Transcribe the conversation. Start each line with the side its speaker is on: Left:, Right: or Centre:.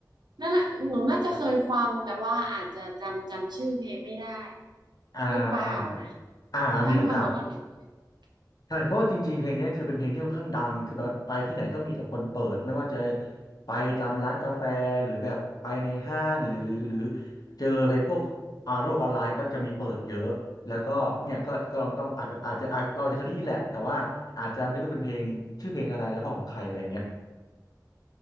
Right: นั่นแหละหนูน่าจะเคยฟังแต่ว่าอาจจะจำจำชื่อเพลงไม่ได้
Left: อ่าอ่า
Right: หรือเปล่านะ
Left: อ่ามีโอกาส
Right: ถ้าพี่วันบอกว่าหนูเคย
Left: ใช่เพราะว่าจริงๆเพลงเนี้ยคือเป็นเพลงที่ค่อนข้างดังคือแบบไปที่ไหนก็มีแต่คนเปิดไม่ว่าจะไปตามร้านกาแฟหรือแบบไปในห้างหรือหรือหรือเจอไปพวกอ่าโลกออนไลน์ก็จะมีเปิดเยอะแล้วก็เนี่ยก็ก็ลองต้องอาจจะอาจจะอาจเราอาจจะเคยได้ยินแหละแต่ว่าอาจจะไม่รู้เป็นเพลงชื่อเพลงอะไรแล้วก็ของใครอะไรเงี้ย